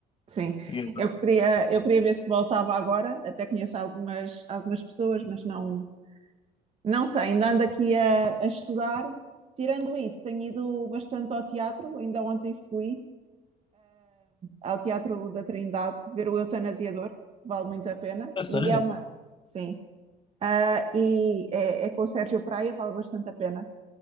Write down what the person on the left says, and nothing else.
E eu,
a sério?